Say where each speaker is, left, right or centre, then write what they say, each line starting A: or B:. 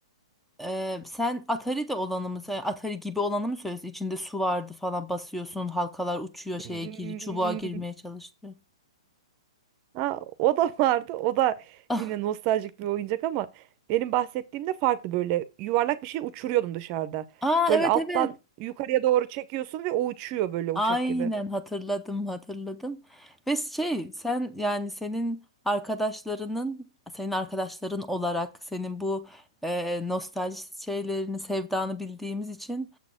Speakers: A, in the centre; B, on the right.
A: E, sen Atari de olanı mı, sen Atari gibi olanı mı söylüyorsun? İçinde su vardı falan basıyorsun, halkalar uçuyor şeye
B: Hmm.
A: gir, çubuğa girmeye çalışıyor.
B: Ha, o da <laughs> vardı. O da
A: Ah,
B: yine nostaljik bir oyuncak ama benim bahsettiğimde farklı böyle yuvarlak bir şey uçuruyordun dışarıda.
A: aa
B: Böyle
A: evet
B: alttan
A: evet.
B: yukarıya doğru çekiyorsun ve o uçuyor böyle uçak
A: Aynen
B: gibi.
A: hatırladım hatırladım. Ve şey sen yani senin arkadaşlarının senin arkadaşların olarak senin bu e, nostalji şeylerini sevdanı bildiğimiz için